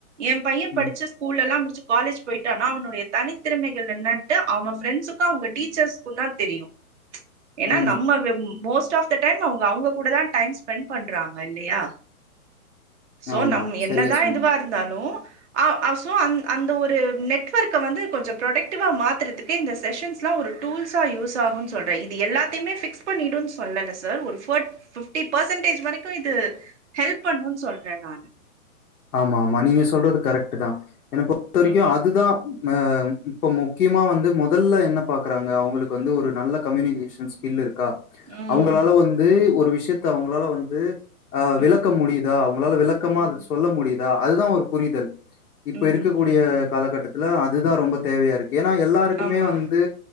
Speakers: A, on the right (about 50°); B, on the left (about 75°).
A: என் பைய படிச்ச
B: ம்,
A: ஸ்கூல்ல எல்லாம் முடிச்சு காலேஜ் போயிட்டானா அவனுடைய தனித்திறமைகள் என்னாட்டு அவே ஃப்ரண்ட்ஸ்க்கும் அவுங்க டீச்சர்ஸ்க்கும் தா தெரியு ஏன்னா
B: ம்.
A: நம்ம மோஸ்ட் ஆஃப் த டைம் அவுங்க அவங்க கூட தா டைம் ஸ்பெண்ட் பண்றாங்க இல்லயா சோ
B: ஆமா.
A: நம் என்னதா
B: சரியா சொன்னீங்க.
A: இதுவா இருந்தாலும் ஆ சோ அந்த ஒரு நெட்வொர்க்கை வந்து கொஞ்சம் ப்ரொடக்டிவா மாத்துறதுக்கு இந்த செஷன்ஸ்லாம் ஒரு டூல்ஸ் யூஸ் ஆகும்னு சொல்றே இது எல்லாத்தையுமே பிக்ஸ் பண்ணிடுனு சொல்லல சார் ஒரு ஃபர்ட் ஃபிப்டி பெர்சன்டேஜ் வரைக்கு இது ஹெல்ப் பண்ணும்னு சொல்றே நான்
B: ஆமா ஆமா நீங்க சொல்றது கரெக்ட் தா என்ன பொறுத்த வரைக்கும்
A: ம்
B: அதுதா அ இப்ப முக்கியமா வந்து முதல்ல என்ன பாக்குறாங்க அவுங்களுக்கு வந்து ஒரு நல்ல கம்யூனிகேஷன்ஸ் இல் இருக்கா
A: ம்
B: அவுங்களால வந்து ஒரு விஷயத்த அவுங்களால வந்து அ
A: ம்
B: விளக்க முடியுதா அவுங்களால விளக்கமா
A: ம்
B: சொல்ல முடியுதா அதுதா ஒரு புரிதல் இப்ப
A: ம்
B: இருக்கக்கூடிய
A: ம் ம்
B: காலகட்டத்துல அதுதா ரொம்ப தேவையா இருக்கு ஏன்னா எல்லாருக்குமே
A: ஆமா
B: வந்து